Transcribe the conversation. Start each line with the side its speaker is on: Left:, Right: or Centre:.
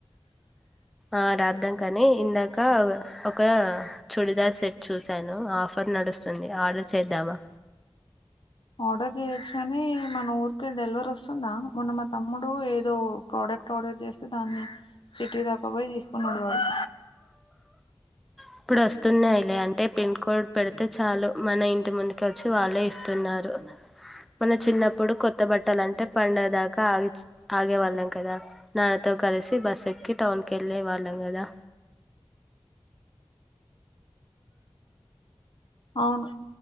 Centre: ఆ రాద్దాం కానీ ఇందాక ఒక చుడిదార్ సెట్ చూసాను ఆఫర్ నడుస్తుంది ఆర్డర్ చేద్దామా
Left: ఆర్డర్ చేయొచ్చు కాని మన ఊరికి డెలివర్ వస్తుందా మొన్న మా తమ్ముడు ఏ దో ప్రోడక్ట్ ఆర్డర్ చేస్తే దాన్ని సిటీ దాక పోయి తీసుకున్నాడు వాడు
Centre: ఇప్పుడు వస్తున్నాయిలే అంటే పిన్ కోడ్ పెడితే చాలు మన ఇంటి ముందుకి వచ్చి వాళ్ళే ఇస్తున్నారు రో మన చిన్నప్పుడు కొత్త బట్టలు అంటే పండగ దాకా ఆగి ఆగేవాళ్ళం కదా నాన్నతో కలిసి బస్ ఎక్కి టౌన్కి ఎళ్ళేవాళ్ళం కదా
Left: అవును